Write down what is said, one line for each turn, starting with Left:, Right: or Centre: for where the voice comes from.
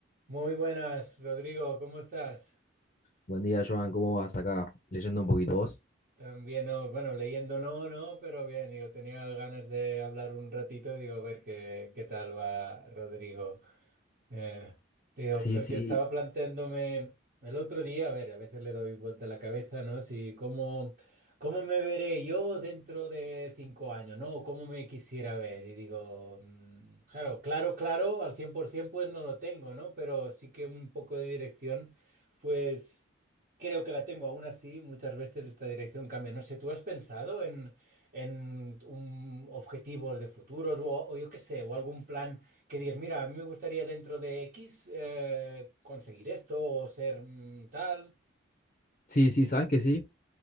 Right: Muy buenas, Rodrigo, ¿cómo estás?
Left: Buen día, Joan. ¿Cómo vas acá? Leyendo un poquito vos.
Right: También, no, bueno, leyendo no, no, pero bien, digo, tenía ganas de hablar un ratito, digo, a ver qué, qué tal va Rodrigo. Eh, digo,
Left: Sí,
Right: porque
Left: sí,
Right: estaba planteándome el otro día, a ver, a veces le doy vuelta a la cabeza, ¿no? Si cómo, cómo me veré yo dentro de cinco años, ¿no? O cómo me quisiera ver. Y digo, mm, claro, claro, claro, al 100% pues no lo tengo, ¿no? Pero sí que un poco de dirección, pues... Creo que la tengo aún así, muchas veces esta dirección cambia. No sé, ¿tú has pensado en, en un objetivos de futuros o, o yo qué sé, o algún plan que digas, mira, a mí me gustaría dentro de X eh, conseguir esto o ser mm, tal?
Left: sí, sí, sabes que sí.